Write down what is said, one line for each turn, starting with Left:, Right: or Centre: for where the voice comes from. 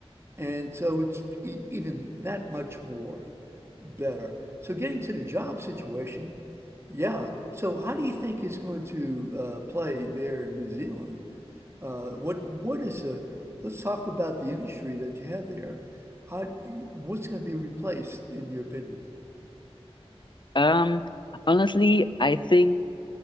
Right: and so it's e even that much more better. So getting to the job situation, yeah. So how do you think it's going to uh, play there in New Zealand? Uh, what what is the let's talk about the industry that you have there. How what's going to be replaced in your opinion?
Left: Um Honestly, I think